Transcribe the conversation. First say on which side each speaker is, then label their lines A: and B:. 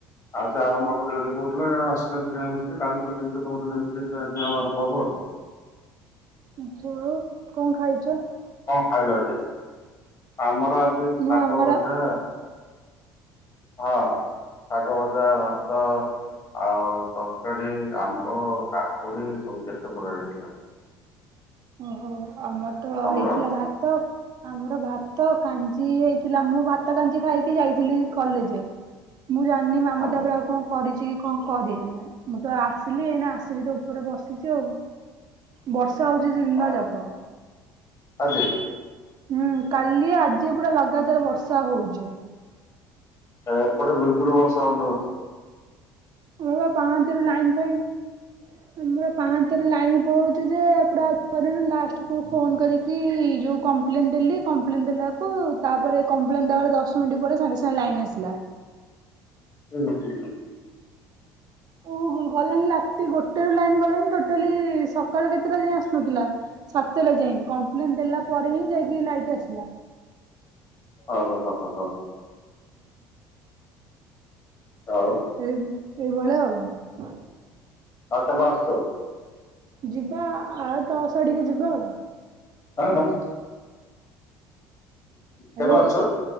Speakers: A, on the left (about 35°); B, on the right (about 45°).
A: ଆଜି ଆରମ୍ଭ କରିବେଲି କହୁଥିଲେ ଆସିଲେନି କାହିଁ ମିସ୍ତ୍ରୀ କାଲି ତୁ ଯେମିତି ହେଲେ ମତେ ଜେମ୍ ପେ ପେ ପେ ହେବା ଆରମ୍ଭ ହେବ।
B: ଆଚ୍ଛା ଆଉ କଣ ଖାଇଚ?
A: ଖାଇଲ ଆଜି? ଆମର ଆଜି
B: ମୁଁ
A: ଶାଗ
B: ଆମର
A: ଭଜା ହଁ ସାଗ ଭଜା ଭାତ ଆଉ ତରକାରୀ ଆମ୍ବ କାକୁଡି ସବୁ କେତେ ପ୍ରକାର ହେଇଥିଲା। <inaudible>
B: ଓହୋ ଆମର ତ
A: ତମର
B: ହେଇଥିଲା ଭାତ ଆମର ଭା ତ କାଞ୍ଜି ହେଇଥିଲା। ମୁଁ ଭାତ କାଞ୍ଜି ଖାଇକି ଯାଇଥିଲି କଲେଜ। ମୁଁ ଜାଣିନି ମାମା
A: ହଁ
B: ତାପରେ ଆଉ କଣ କରିଛି କି କଣ କରିନି। ମୁଁ ତ ଆସିଲି ଏନା ଆସିକି ତ ଉପରେ ବସି ସିଚି ଆଉ ବର୍ଷା ହଉଛି ଦିନ
A: ହଁ।
B: ଯାକ।
A: ଆଜି?
B: ହୁଁ କାଲି ଆଜି ପୁରା ଲଗାତାର ବର୍ଷା ହଉଚି।
A: ଏପଟେ ବିଲକୁଲ ଵର୍ଷା ହେଉନି ତ।
B: ଆମର ବା ପାହାନ୍ତିଆରୁ ଲାଇନ ଫାଇନ୍ ଆମର ପାହାନ୍ତିଆରୁ ଲାଇନ୍ ଫାଇ ହୋଉଛି ଯେ ପୁରା <unintelligible> ଲାଷ୍ଟକୁ ଫୋନ୍ କରିକି ଯେଉଁ କମ୍ପ୍ଲେନ୍ ଦେଲି କମ୍ପ୍ଲେନ୍ ଦେଲା ତାକୁ ତାପରେ କମ୍ପ୍ଲେନ ଦବାର ଦଶ ମିନିଟ ପରେ ସାଙ୍ଗେ ସାଙ୍ଗେ ଲାଇନ ଆସିଲା।
A: ହୁଁ ହ ହୁଁ ହୁଁ ହ।
B: ଓ ଗଲାଣି ରାତି ଗୋଟେ ରୁ ଲାଇନ୍ ଗଲାଣି ଟୋଟାଲି ସକାଳ କେତେଟା ଯାଇ ଆସୁନଥିଲା ସାତଟା ଯାଇ କପ୍ଲେନ ଦେଲା ପରେ ହିଁ ଯାଇକି ଲାଇଟ ଆସିଲା।
A: ହ ହୋ ହଁ ହଁ ହଁ। ଆଉ
B: ଏଇ ଏଇଭଳିଆ ଆଉ।
A: ତାଟା ବାସଛ <unintelligible>
B: ଯିବା ଆଉ ଦଶ ଟିକେ ଯିବା ଆଉ।
A: ହଁ ହଁ। କେବେ
B: ହାଲୋ
A: ଆସୁଛ